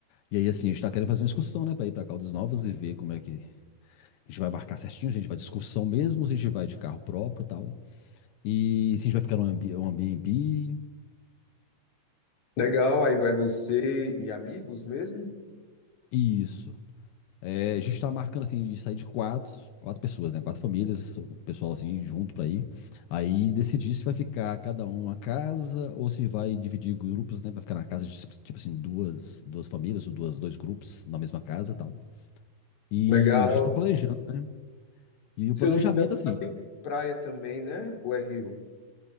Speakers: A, on the left; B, on the left.
A: E aí, assim, a gente tá querendo fazer uma excursão, né, para ir para Caldas Novas e ver como é que a gente vai marcar certinho, se a gente vai de excursão mesmo, se a gente vai de carro próprio e tal. E se a gente vai ficar no Airbnb.
B: Legal, aí vai você e amigos mesmo?
A: Isso. É, a gente tá marcando assim de sair de quatro, quatro pessoas, né? Quatro famílias, o pessoal assim junto pra ir. Aí decidir se vai ficar cada um numa casa ou se vai dividir grupos, né? Pra ficar na casa de tipo assim duas, duas famílias ou duas, dois grupos na mesma casa, e tal. E
B: Legal.
A: a gente tá planejando, né? E o
B: Se
A: planejamento
B: eu não me engano,
A: assim,
B: lá tem praia também, né? Ou é rio?